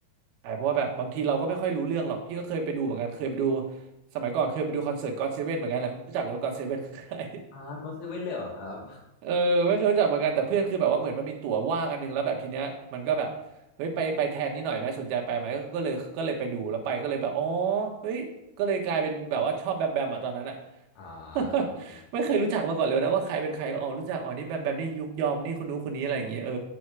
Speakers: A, on the right; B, on the left.
A: ใช่เพราะว่าแบบบางทีเราก็ไม่ค่อยรู้เรื่องหรอกพี่ก็เคยไปดูเหมือนกันเคยไปดูสมัยก่อนเคยไปดูคอนเสิร์ตก็อดเซเว่นเหมือนกันแหละไม่รู้จักเลยว่าก็อดเซเว่นคือใคร
B: อ่าก็เซเว่นเลยเหรอครับ
A: เออไม่เคยรู้จักเหมือนกันแต่เพื่อนคือแบบว่าเหมือนมันมีตั๋วว่างอันนึงแล้วแบบทีเนี้ยมันก็แบบเฮ้ยไปไปแทนนี้หน่อยไหมสนใจไปไหมก็ก็เลยก็เลยไปดูแล้วไปก็เลยแบบอ๋อเฮ้ยก็เลยกลายเป็นแบบว่าชอบแบมแบมอะตอนนั้นอะ
B: อ่า
A: <laughs>
B: ครับผม
A: ไม่เคยรู้จักมาก่อนเลยนะว่าใครเป็นใครก็อ๋อรู้จักอ๋อนี่แบมแบมนี่ยุคยอมนี่คนนู้นคนนี้อะไรอย่างเงี้ยเออ